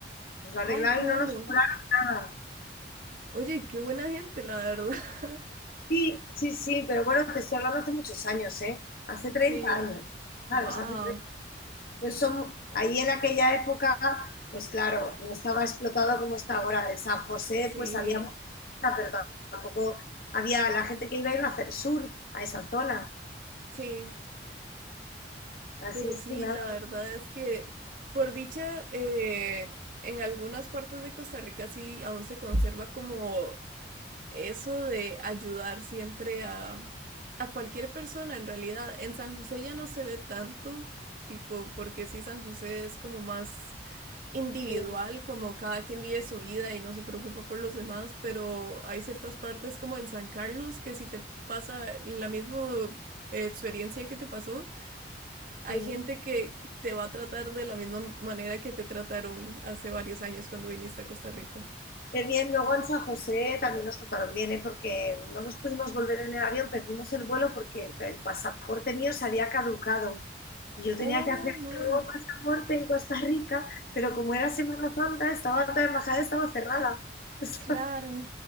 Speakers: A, on the left; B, on the right.
A: Nos lo
B: Ay,
A: arreglaron
B: qué bueno.
A: y no nos cobraron nada.
B: Oye, qué buena gente, la verdad. <laughs>
A: Sí, sí, sí, pero bueno, te estoy hablando hace muchos años, ¿eh? Hace treinta
B: Sí.
A: años, ¿sabes?
B: Wow.
A: Hace 30 Entonces, son- ahí en aquella época, pues claro, no estaba explotado como está ahora. En San José,
B: Sí.
A: pues había mucha, pero tam- tampoco había la gente que iba, iba a hacer sur a esa zona.
B: Sí.
A: Así
B: Pero
A: es
B: sí,
A: que nada,
B: la verdad es que, por dicha, eh, en algunas partes de Costa Rica sí aún se conserva como eso de ayudar siempre a, a cualquier persona, en realidad. En San José ya no se ve tanto, tipo, porque sí, San José es como más individual,
A: bien,
B: como cada quien vive su vida y no se preocupa por los demás, pero hay ciertas partes como en San Carlos que si te pasa la misma eh, experiencia que te pasó, hay
A: bien.
B: gente que te va a tratar de la misma manera que te trataron hace varios años cuando viniste a Costa Rica.
A: Qué bien, luego en San José también nos trataron bien, ¿eh? porque no nos pudimos volver en el avión, perdimos el vuelo porque el, el pasaporte mío se había caducado. Y yo
B: Oh,
A: tenía que hacer
B: no,
A: un nuevo pasaporte en Costa Rica, pero como era Semana Santa, estaba la embajada estaba cerrada. <laughs>
B: claro.